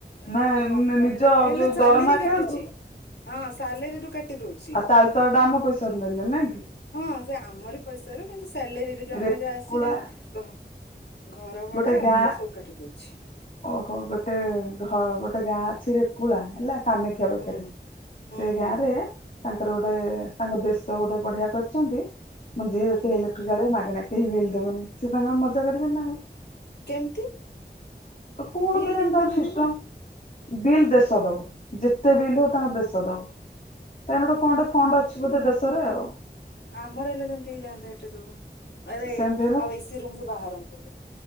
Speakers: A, on the left; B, on the left.
A: ହଁ
B: ନା
A: କମ୍ପାନୀରେ
B: ନିଜ
A: ହେଲେ
B: ଯୋଉ
A: ସାଲେରୀ
B: ଦରମା ଆକାଉଣ୍ଟ
A: କାଟୁଛି
B: ରୁ
A: ହଁ ସାଲେରୀରୁୁ କାଟି ଦଉଛି।
B: ଆଉ ତାହେଲେ ତଳେ ଟା ଆମ ପଇସାରୁ ନେଲେ ନାଇଁ କି।
A: ହଁ ସେ ଆମରି ପଇସ ର କିନ୍ତୁ ସାଲ ଆମ
B: ରେକୁଳା
A: ଯଉ ଆସି ଘ ଘରଭଡା
B: ଗୋଟେ
A: ଆଉ
B: ଗାଁ
A: ଇଏ ସବୁ କାଟିଦଉଛି।
B: ଓହୋ ଗୋଟେ ଘ ଗୋଟେ ଗାଁ ଅଛିରେ କୁଳା ହେଲା କାମାକ୍ଷା ପାଖରେ
A: ହୁଁ ହୁଁ
B: ସେ
A: ହୁଁ
B: ଗାଁ ରେ ତାଙ୍କର ଗୋଟେ ତାଙ୍କ ଦେଷ ଗୋଟେ ବଢିଆ କରିଛନ୍ତି ମାନେ ଯିଏ
A: ହୁଁ
B: ଯେତେ ଇଲେକ୍ଟ୍ର ଜଳିବା ମାଗଣା କେହି ବିଲ୍ ଦବନି ସେ ତାଙ୍କର ମଜା କରିବେନି ଆଉ
A: କେମିତି?
B: ତ କଣ
A: ବିଲ୍
B: କେଜାଣି
A: କେମତି
B: ତାଙ୍କର
A: ଦେବେନି?
B: ସିଷ୍ଟମ ବିଲ୍ ଦେଶ ଦବ। ଯେତେ ବିଲ୍ ହେଉ ତାଙ୍କ ଦେଶ ଦବ। ତାହିକି ଗୋଟେ କଣ ଗୋଟେ ଫଣ୍ଡ ଅଛି ବୋଧେ ଦେଶରେ ଆଉ।
A: ଆ ଆମରହେଲେ ସେନ୍ତି ହେଇଜାନତା ଏଠି ସବୁ ଆରେ
B: ସେମିତି
A: ଆଉ ଏସି ରୁମ ରୁ ବହାରାନ୍ତୁନି।